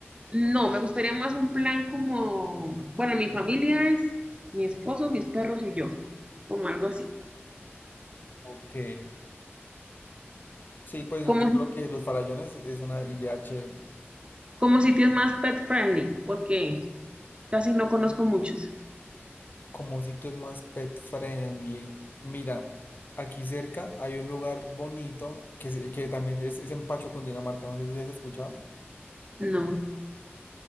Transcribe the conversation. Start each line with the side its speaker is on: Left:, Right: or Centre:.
Right: No, me gustaría más un plan como, bueno, mi familia es mi esposo, mis perros y yo, como algo así.
Left: Ok. Sí, pues
Right: Como,
Left: yo creo que los farallones es una idea chévere.
Right: como sitios más pet friendly, porque casi no conozco muchos.
Left: Como sitios más pet friendly. Mira, aquí cerca hay un lugar bonito que, se- que también es, es en Pacho, Cundinamarca. No sé si has escuchado.
Right: No,